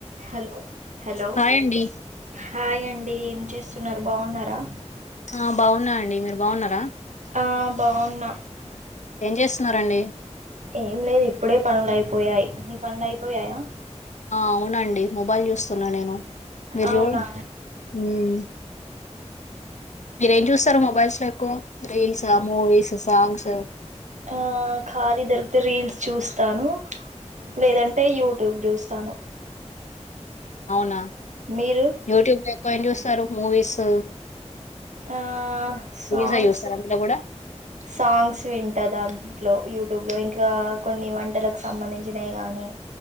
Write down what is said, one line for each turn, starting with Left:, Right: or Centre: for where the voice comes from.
Right: Hello hello
Left: hi అండి
Right: hi అండ్ డీ ఏం చేస్తున్నారు బావున్నారా
Left: ఆ బాగున్నా అండి మీరు బాగున్నారా
Right: ఆ బావున్నా
Left: ఏం చేస్తున్నరండి
Right: ఏం లేదు ఇప్పుడే పనులయిపోయాయి నీ పనులు అయిపోయాయా
Left: ఆ అవునండి మొబైల్ చూస్తున్ న్న నేను మీరు
Right: అవునా
Left: జూడ్ మ్మ్ మీరేం చూస్తారు మొబైల్స్ లో ఎక్కువ రీల్స్ ఆ మూవీస్ సాంగ్స్
Right: ఆ ఖాళీ దొరికితే రీల్స్ చూస్తాను
Left: మ్మ్.
Right: లేదంటే యూ ట్యూబ్ చూస్తాను
Left: అవునా
Right: మీరు
Left: యూట్యూబ్ లో ఏం చూస్తారు మూవీసు
Right: ఆ సాంగ్స్
Left: మూవీసే చూస్తారా అందులో కూడా
Right: సాంగ్స్ వింటా దాంట్లో యూట్యూబ్ లో ఇంకా కొన్ని వంటలకు సంబంధించినయ్ గానీ